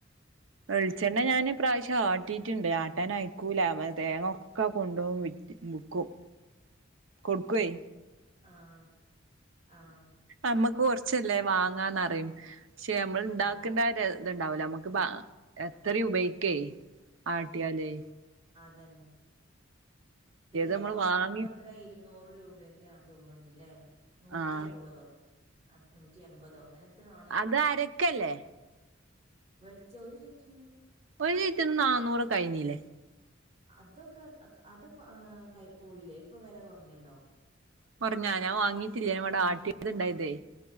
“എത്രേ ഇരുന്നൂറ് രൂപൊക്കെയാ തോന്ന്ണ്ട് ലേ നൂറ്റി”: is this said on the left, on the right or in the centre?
Right